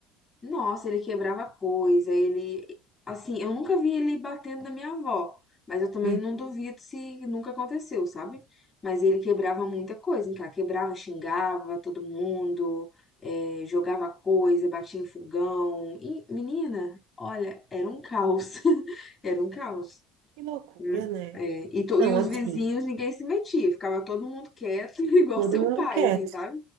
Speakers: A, on the left; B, on the right.
A: Nossa, ele quebrava coisa, ele. Assim, eu nunca vi ele batendo na minha avó, mas eu também
B: Hum.
A: não duvido se nunca aconteceu, sabe? Mas ele quebrava muita coisa, hein, cara? Quebrava, xingava todo mundo, eh, jogava coisa, batia em fogão. E, menina, olha, era um caos. <laughs> Era um caos.
B: Que loucura,
A: Hum,
B: né?
A: é. E, to-
B: Não,
A: e os
B: assim,
A: vizinhos, ninguém se metia, ficava todo mundo quieto, <laughs> igual
B: todo
A: seu
B: mundo
A: pai,
B: quieto.
A: assim, sabe?